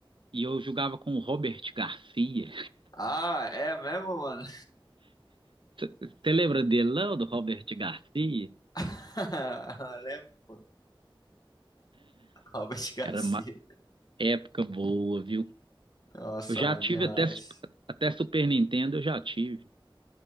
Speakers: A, on the right (about 65°); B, on the left (about 45°).
A: E eu jogava com o Robert Garcia.
B: Ah, é mesmo, mano?
A: <laughs> Você lembra dele, não, do Robert Garcia?
B: <laughs> Lembro. Robert Garcia.
A: Era uma época boa, viu?
B: Nossa,
A: Eu já
B: mano,
A: tive
B: demais.
A: até, su- até Super Nintendo, eu já tive.